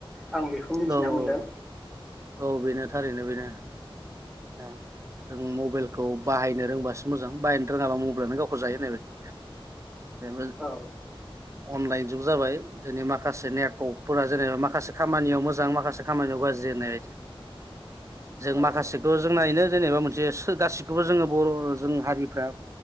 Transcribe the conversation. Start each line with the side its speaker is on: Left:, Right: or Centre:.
Centre: आं बेखौ मिथिना
Right: औ औ
Centre: मोनदों
Right: औ बेनो थारैनो बेनो। ओ जों मबाइलखौ बाहायनो रोंबासो मोजां बाहायनो रोङाब्ला मबाइलानो गावखौ जायो होननाय बायदि। बेबो
Centre: औ
Right: अनलाइथ जुग जाबाय जोंनि माखासे नेर्क जेनेबा माखासे खामानियाव मोजां माखासे खामानियाव गाज्रि होननाय जों
Centre: औ
Right: माखासेखौ जोंना नो जेनेबा मोनसे सो गासिखोबो जोङो बर' जों हारिफ्रा